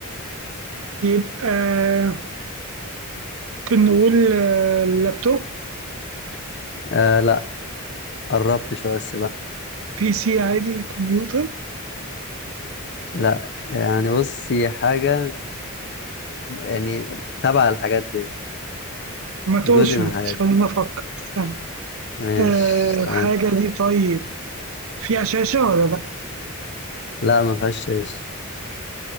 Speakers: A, on the right; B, on the left.
A: يبقى ممكن نقول آه، لابتوب
B: آه لا قربت شوية بس لا
A: بي سي عادي كمبيوتر
B: لا يعني بص هي حاجة يعني تبع الحاجات دي
A: ما تقولش
B: جزء من
A: ما
B: الحاجات
A: تقولش خليني
B: دي
A: افكر استنى
B: ماشي
A: آه
B: تمام
A: الحاجة دي طيب فيها شاشة ولا لأ؟
B: لا ما فيهاش إيش.